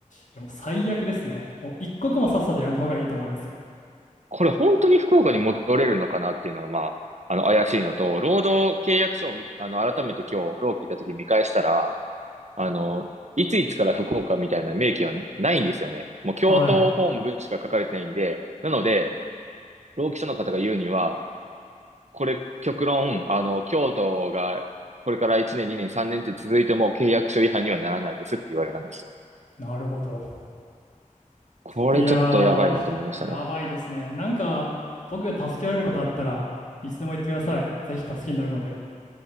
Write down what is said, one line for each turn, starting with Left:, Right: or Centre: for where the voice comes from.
Left: いや、もう最悪ですね。もう一刻もさっさとやめた方がいいと思いますよ。
Right: これ本当に福岡に戻れるのかなっていうのは、まあ、あの、怪しいのと、労働契約書をみ、あの、改めて今日、労基行った時見返したら、あの、いついつから福岡みたいな明記はないんですよね。もう、京都本部しか書かれてないんで、
Left: はい。
Right: なので、労基署の方が言うには、これ、極論、あの、京都が、これから1年、2年、3年って続いても契約書違反にはならないですって言われたんですよ。
Left: なるほど。
Right: これちょっとやばいなと思いましたね。
Left: いやー、やばいですね。なんか、僕が助けられることあったらいつでも言ってください。ぜひ助けになるので。